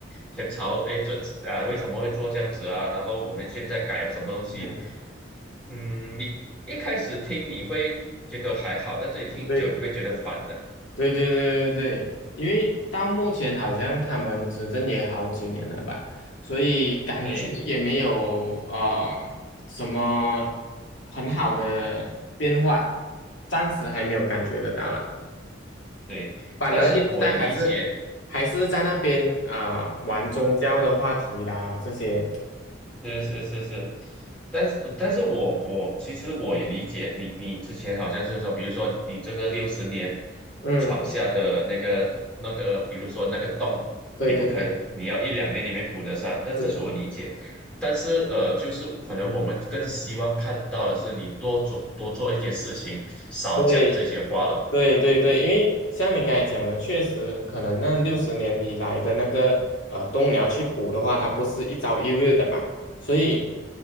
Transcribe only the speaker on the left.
嗯，
对对对对对对，因为到目前好像他们执政也好几年了吧，所以感觉也没有啊什么很好的变化，
暂时还没有感觉得到了，
反而一直在还是还是在那边啊、
玩宗教的话题啦这些，
嗯，
对对对，
是，
对对对对，因为像你刚才讲的，确实可能那六十年以来的那个呃冬鸟去捕的话，它不是一朝一日的嘛，所以